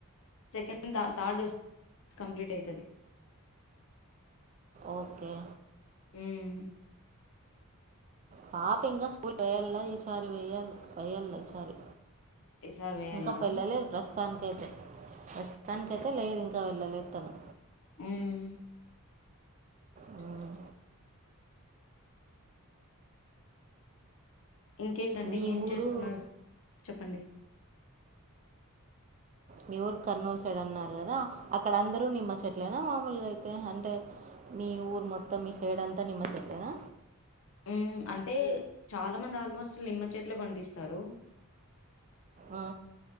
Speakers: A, on the left; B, on the right.
A: సెకండ్ థ థర్డ్ వస్తే కంప్లీట్ అవుతది.
B: ఓకే
A: మ్మ్
B: పాప ఇంకా స్కూల్ వెయ్యల్లా ఈసారి వేయాలి వెయ్యాలి ఈసారి
A: ఈసారి వేయాలా
B: ఇంకా పెళ్లలే ప్రస్తు తానికైతే ప్రస్తుతానికైతే లేదు ఇంకా వెళ్ళలేదు తను
A: హ్మ్ <unintelligible>
B: హ్మ్.
A: ఇంకేంటండి
B: మీ
A: ఏం
B: ఊరు
A: చేస్తున్నారు చెప్పండి
B: మీ ఊరు కర్నూలు సైడ్ అన్నారు కదా అక్కడ అందరూ నిమ్మ చెట్లనా మా మి నార్మల్గా అయితే అంటే మీ ఊరు మొత్తం మీ సైడ్ అంతా నిమ్మచ్చట్లేనా
A: ఉ అంటే చాలా మంది ఆల్మోస్ట్ నిమ్మ చెట్లు పండిస్తారు
B: ఆ